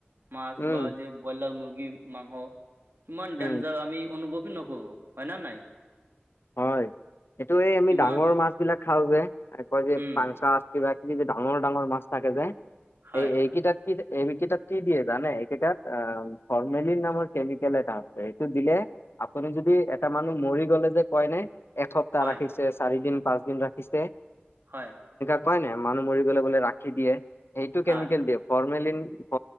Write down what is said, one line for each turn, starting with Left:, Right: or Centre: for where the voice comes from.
Right: মাছ
Left: উম
Right: বা যে ব্ৰইলাৰ মুৰ্গী মাংস কিমান
Left: উম
Right: ডেঞ্জাৰ আমি অনুভৱ নকৰো হয় ন, নাই।
Left: হয়, এইটো এই আমি
Right: কিমান
Left: ডাঙৰ মাছ বিলাক খাও যে, কয় যে
Right: উম
Left: পাংখাবাক যে, ডাঙৰ, ডাঙৰ মাছ থাকে যে
Right: হয়
Left: এই এইকেইটাত কি? এইকেইটাক কি দিয়ে জানে এইকেইটাত ফৰৰ্মেলিন নামৰ কেমিকেল এটা আছে, এইটো দিলে আপুনি যদি এটা মানুহ মৰি গলে যে হয়, ন, এসপ্তাহ
Right: হয়
Left: ৰাখিছে, চাৰি দিন, পাঁচ দিন ৰাখিছে।
Right: হয়।
Left: উপাই নাই, মানুহ মৰি গলে বোলে ৰাখি দিয়ে, সেইটো
Right: হয়
Left: কেমিকেল দিয়ে ফিন ফ,